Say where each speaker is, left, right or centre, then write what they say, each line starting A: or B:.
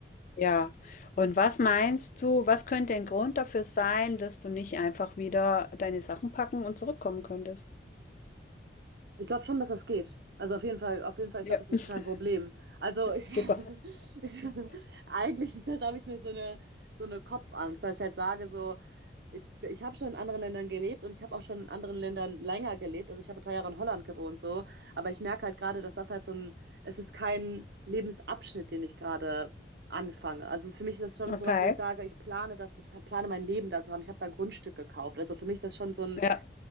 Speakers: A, on the left; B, on the right.
A: Ja. Und was meinst du, was könnte ein Grund dafür sein, dass du nicht einfach wieder deine Sachen packen und zurückkommen könntest?
B: Ich glaube schon, dass das geht. Also auf jeden Fall, auf jeden Fall, ich
A: Ja,
B: glaube, das ist
A: <laughs>
B: kein Problem. Also ich, <laughs>
A: super.
B: ich eigentlich ist das, habe ich nur so eine, so eine Kopfangst, dass ich halt sage, so, ich, ich habe schon in anderen Ländern gelebt und ich habe auch schon in anderen Ländern länger gelebt. Also ich habe drei Jahre in Holland gewohnt, so. Aber ich merke halt gerade, dass das halt so ein, es ist kein Lebensabschnitt, den ich gerade anfange. Also für mich ist das schon
A: Okay.
B: sowas, wo ich sage, ich plane das, ich plane mein Leben da zu haben. Ich habe da Grundstück gekauft. Also für mich ist das schon so ein
A: Ja.